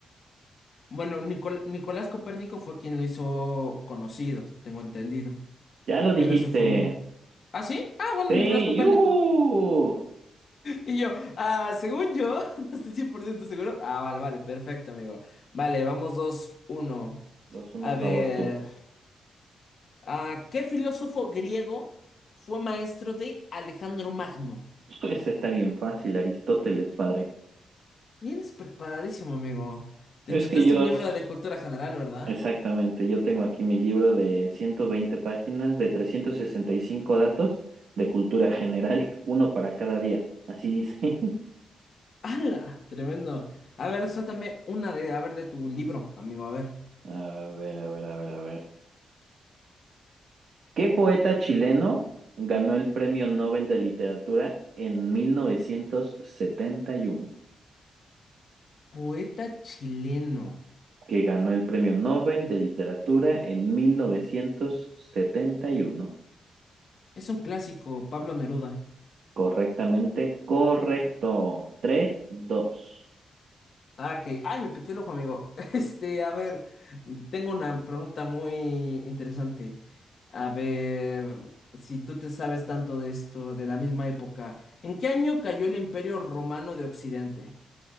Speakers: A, on the left; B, on the right.
A: Bueno, Nicol- Nicolás Copérnico fue quien lo hizo conocido, tengo entendido.
B: Ya lo dijiste.
A: Pero se formó. ¿Ah, sí? Ah, bueno,
B: Sí,
A: Nicolás Copérnico.
B: yujú.
A: <laughs> Y yo, ah, según yo, <laughs> no estoy 100% seguro. Ah, vale, vale, perfecto, amigo. Vale, vamos dos uno
B: dos uno
A: A
B: favor
A: ver.
B: tú.
A: Ah, ¿qué filósofo griego fue maestro de Alejandro Magno?
B: <laughs> Pues está bien fácil, Aristóteles, padre.
A: Vienes preparadísimo, amigo. Te
B: Es
A: chutaste
B: que yo
A: un libro
B: s-
A: de cultura general, ¿verdad?
B: Exactamente, yo tengo aquí mi libro de 120 páginas, de 365 datos de cultura general, <laughs> uno para cada día, así dice. <laughs>
A: ¡Hala! Tremendo. A ver, suéltame una de, a ver, de tu libro, amigo, a ver.
B: A ver, a ver, a ver, a ver. ¿Qué poeta chileno ganó el Premio Nobel de Literatura en mil novecientos setenta y uno?
A: Poeta chileno.
B: Que ganó el Premio Nobel de Literatura en 1971?
A: Es un clásico, Pablo Neruda.
B: Correctamente, correcto. Tres, dos.
A: Ah, ok. Ay, me pité el ojo, amigo. <laughs> Este, a ver, tengo una pregunta muy interesante. A ver, si tú te sabes tanto de esto, de la misma época, ¿en qué año cayó el Imperio Romano de Occidente?